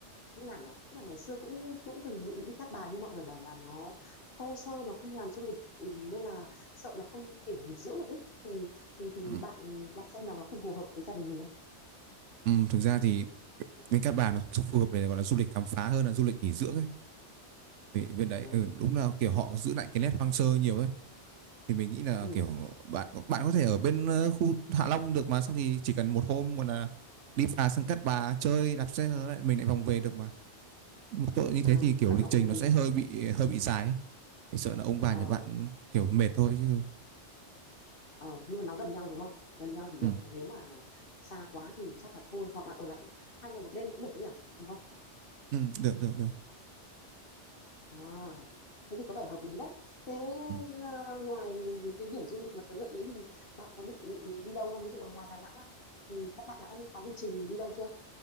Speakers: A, on the left (about 50°); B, on the right (about 85°).
A: Như nào nhỉ? Tức là ngày xưa cũng cũng từng dự định đi Cát Bà nhưng mọi người bảo là nó thô sơ, nó không làm du lịch ừ, nên là sợ nó không kiểu nghỉ dưỡng được ấy. Thì thì thì
B: ừ.
A: bạn bạn xem là nó không phù hợp với gia đình mình
B: Ừ, thực ra thì
A: không?
B: bên Cát Bà nó phù hợp để gọi là du lịch khám phá hơn là du lịch nghỉ dưỡng ấy vì bên
A: Ừ.
B: đấy ừ, đúng là kiểu họ giữ lại cái nét hoang sơ nhiều ấy thì mình nghĩ là
A: ừ.
B: kiểu bạn bạn có thể ở bên ờ, khu Hạ Long được mà xong thì chỉ cần một hôm còn là đi phà sang Cát Bà chơi đạp xe rồi lại mình lại vòng về được mà một tội như thế
A: À,
B: thì kiểu
A: tức là
B: lịch
A: nó cũng
B: trình nó
A: gần
B: sẽ hơi bị hơi bị dài ấy. thì sợ là ông bà
A: ờ
B: nhà bạn kiểu mệt thôi chứ
A: ờ, nhưng mà nó gần nhau đúng không? Gần nhau thì được,
B: ừ,
A: nếu mà xa quá thì chắc là thôi hoặc là ở lại hai ngày một đêm cũng được nhỉ? Đúng không?
B: ừ được được được
A: À, thế thì có vẻ hợp lý đấy. Thế
B: ừ.
A: ờ, ngoài mấy cái điểm du lịch mà tớ gợi ý thì bạn có định định đi đâu không? Ví dụ là ngoài Đà Nẵng ra thì các bạn đã có lịch trình đi đâu chưa?